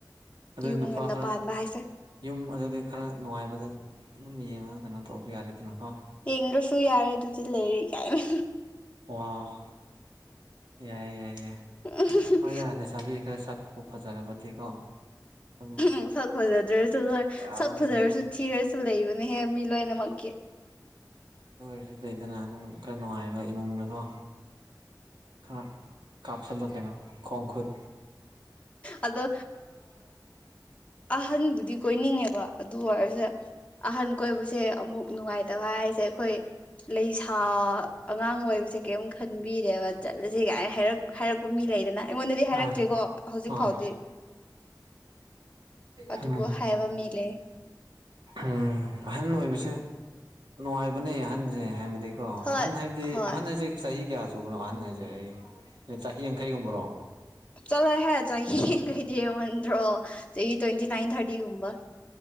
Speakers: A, on the right (about 80°); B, on the left (about 15°).
A: ꯑꯗꯨꯗꯤ
B: ꯌꯨꯝ
A: ꯅꯨꯄꯥ
B: ꯉꯟꯅ
A: ꯈꯔ
B: ꯄꯥꯟꯕ ꯍꯥꯏꯁꯦ
A: ꯌꯨꯝ ꯑꯗꯨꯗꯤ ꯈꯔ ꯅꯨꯡꯉꯥꯏꯕꯗ ꯑꯗꯨꯝ ꯌꯦꯡꯉꯒ ꯀꯩꯅꯣ ꯇꯧꯕ ꯌꯥꯔꯦꯗꯅꯀꯣ
B: ꯌꯦꯡꯗ꯭ꯔꯁꯨ ꯌꯥꯔꯦ ꯑꯗꯨꯗꯤ ꯂꯩꯔꯤ ꯀꯥꯏꯅ
A: ꯋꯥꯎ ꯌꯥꯏ ꯌꯥꯏ ꯌꯥꯏ
B: ꯑ <unintelligible>
A: ꯍꯣꯏꯗ ꯂꯩꯁꯥꯕꯤ ꯈꯔ ꯁꯛꯄꯨ ꯐꯖꯔꯕꯗꯤꯀꯣ ꯑꯗꯨꯝ
B: ꯎꯝ ꯁꯛ ꯐꯖꯥꯗ꯭ꯔꯁꯨ ꯂꯣꯏ
A: ꯌꯥꯕꯅꯦ
B: ꯁꯛ ꯐꯖꯥꯔꯁꯨ
A: ꯑꯗꯨꯝ
B: ꯊꯤꯔꯁꯨ ꯂꯩꯕꯅꯦꯍꯦ ꯃꯤ ꯂꯣꯏꯅꯃꯛꯀꯤ
A: ꯑꯗꯨ ꯑꯣꯏꯔꯁꯨ ꯂꯩꯗꯅ ꯑꯗꯨꯝ ꯈꯔ ꯅꯨꯡꯉꯥꯏꯕ ꯏꯃꯨꯡꯅꯗꯣ ꯈꯔ ꯀꯥꯞꯁꯤꯜꯂ ꯀꯩꯅꯣ ꯈꯣꯡ ꯈꯨꯠ
B: ꯑꯗꯣ ꯑꯍꯟꯗꯨꯗꯤ ꯀꯣꯏꯅꯤꯡꯉꯦꯕ ꯑꯗꯨ ꯑꯣꯏꯔꯁꯨ ꯑꯍꯟ ꯀꯣꯏꯕꯁꯦ ꯑꯃꯨꯛ ꯅꯨꯡꯉꯥꯏꯇꯕ ꯍꯥꯏꯁꯦ ꯑꯩꯈꯣꯏ ꯂꯩꯁꯥ ꯑꯉꯥꯡ ꯑꯣꯏꯕꯁꯦ ꯀꯦꯝ ꯈꯟꯕꯤꯗꯦꯕ ꯆꯠꯂꯁꯦ ꯒꯥꯏ ꯍꯥꯏꯔꯛ ꯍꯥꯏꯔꯛꯄ ꯃꯤ ꯂꯩꯗꯅ ꯑꯩꯉꯣꯟꯗꯗꯤ
A: ꯑꯥ
B: ꯍꯥꯏꯔꯛꯇ꯭ꯦꯀꯣ ꯍꯧꯖꯤꯛ
A: ꯑꯥ
B: ꯐꯥꯎꯗꯤ ꯑꯗꯨꯕꯨ
A: ꯎꯝ
B: ꯍꯥꯏꯕ ꯃꯤ ꯂꯦꯏꯌꯦ
A: ꯎꯝ ꯑꯍꯟ ꯑꯣꯏꯕꯁꯦ ꯅꯨꯡꯉꯥꯏꯕꯅꯦ ꯑꯍꯟꯁꯦ ꯍꯥꯏꯕꯗꯤ ꯀ
B: ꯍꯣꯏ
A: ꯑꯍꯟ ꯍꯥꯏꯕꯗꯤ
B: ꯍꯣꯏ
A: ꯑꯍꯟ ꯍꯥꯏꯁꯦ ꯆꯍꯤ ꯀꯌꯥ ꯁꯨꯕꯅꯣ ꯑꯍꯟ ꯍꯥꯏꯁꯦ ꯑꯩ ꯆꯍꯤ ꯌꯥꯡꯈꯩꯒꯨꯝꯕꯔꯣ
B: ꯆꯠꯂꯣꯍꯦ ꯆꯍꯤ ꯂꯩꯩꯗꯤ ꯍꯦꯃꯟꯗ꯭ꯔꯣ ꯆꯍꯤ ꯇ꯭ꯋꯦꯟꯇꯤ ꯅꯥꯏꯟ ꯊꯥꯔꯇꯤꯒꯨꯝꯕ